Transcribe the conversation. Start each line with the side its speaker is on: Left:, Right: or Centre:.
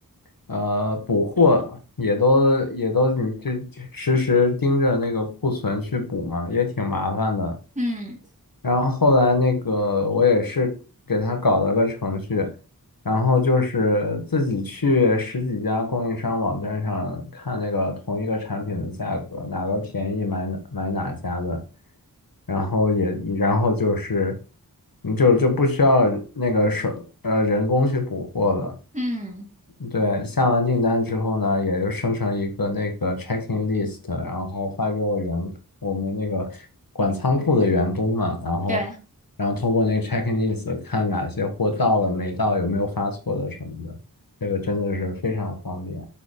Left: 呃补货，也都也都你这实时盯着那个库存去补嘛，也挺麻烦的。
Right: 嗯
Left: 然后后来那个我也是给他搞了个程序，然后就是自己去十几家供应商网站上看那个同一个产品的价格，哪个便宜买哪买哪家的，然后也然后就是你就就不需要那个手呃人工去补货了。
Right: 嗯，
Left: 对，下完订单之后呢，也就生成一个那个 checking list，然后发给我员我们那个管仓库的员工嘛，然后
Right: 对。
Left: 然后通过那个 checking list 看哪些货到了没到，有没有发错的什么的，这个真的是非常方便